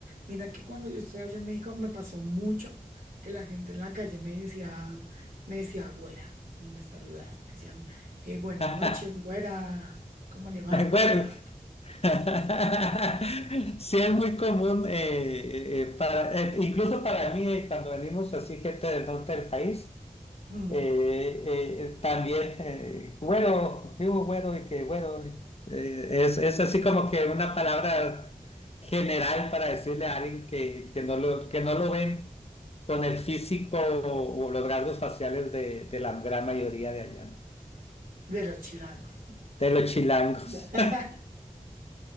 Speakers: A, on the right; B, on the left.
A: mira que cuando yo estuve allá en México me pasó mucho que la gente en la calle me decía, me decía güera, y me saludaban, me decían, eh, buenas
B: <laughs>
A: noches, güera, ¿cómo le va, güera?
B: Bueno,
A: <clears throat>
B: <laughs> Sí, es muy común, eh, eh, eh, para, eh, incluso para mí, eh, cuando venimos así, gente del norte del país,
A: Mm,
B: eh, eh, eh, también, eh, güero, vivo güero y que güero, eh, es, es así como que una palabra general para decirle a alguien que, que no lo, que no lo ven con el físico o, o los rasgos faciales de, de la gran mayoría de allá, ¿no?
A: De los chilangos.
B: de los chilangos.
A: <laughs>